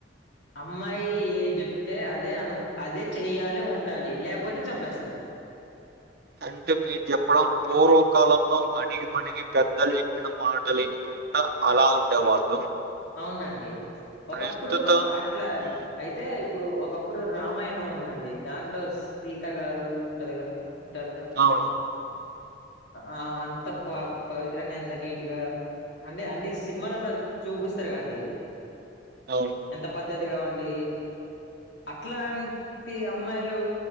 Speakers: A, on the left; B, on the right.
A: అమ్మాయి ఏది చెప్తే అదే అనుకో అదే చెయ్యాలి ఉండాలి లేకపోతే చంపేస్తారు
B: అంటే మీరు చెప్పడం పూర్వకాలంలో అణిగిమణిగి పెద్దలు చెప్పిన మాటలు వినుకొని అలా ఉండేవాళ్ళు
A: అవునండి ఒకప్పుడు
B: ప్రస్తుతం
A: అట్లా
B: హ్మ్.
A: అయితే ఇప్పుడు ఒకప్పుడు రామాయణం ఉందండి దాంట్లో సీత గారు ఉంటదిగా ఉంటారుగ
B: అవును.
A: ఆ అంత ప పవిత్రంగా ఎంత నీట్గా అంటే అండి సినిమాలలో చూపిస్తారుగ అండి
B: అవును
A: ఎంత పద్ధతిగా ఉండి అట్లా ప్రతి అమ్మాయిలు